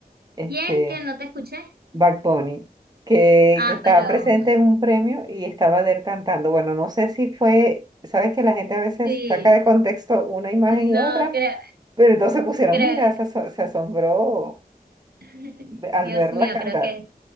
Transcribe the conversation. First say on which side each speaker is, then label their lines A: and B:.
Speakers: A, on the right; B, on the right.
A: este
B: ¿Quién que no te escuché?
A: Bad Bunny, que,
B: Ah,
A: que estaba
B: pero
A: presente en un premio y estaba Adele cantando. Bueno, no sé si fue, sabes que la gente a veces
B: sí,
A: saca de contexto una imagen
B: no
A: y otra
B: creo,
A: pero entonces pusieron,
B: creo,
A: mira, se, aso- se asombró
B: <laughs>
A: de-
B: Dios
A: al verla
B: mío,
A: cantar.
B: creo que